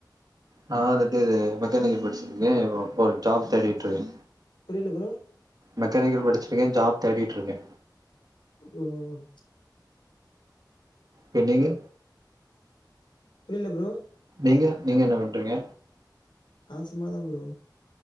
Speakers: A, on the right; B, on the left.
A: நா வந்துட்டு இது மெக்கானிக்கல் படிச்சிருக்கே இப் இப்ப ஒரு ஜாப் தேடிட்ருக்கே
B: புரிய்ல ப்ரோ
A: மெக்கானிக்கல் படிச்சிருக்கே ஜாப் தேடிட்ருக்கே
B: ம்
A: பென்டிங்கு
B: புரிய்ல ப்ரோ
A: நீங்க நீங்க என்ன பண்றீங்க
B: நா சும்மாதா ப்ரோ